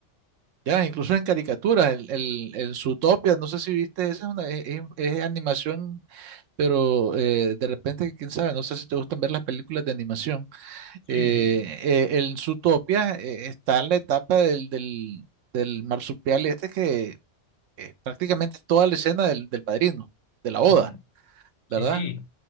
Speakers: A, on the right; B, on the left.
A: ya, incluso en caricaturas, el, el, el Zootopia, no sé si viste, esa es una, es, es- es animación, pero eh, de repente, quién sabe, no sé si te gustan ver las películas de animación.
B: sí,
A: Eh, eh, el Zootopia eh, está en la etapa del, del, del marsupial este que eh, prácticamente toda la escena del, del padrino, de la boda,
B: mm, sí,
A: ¿verdad?
B: sí.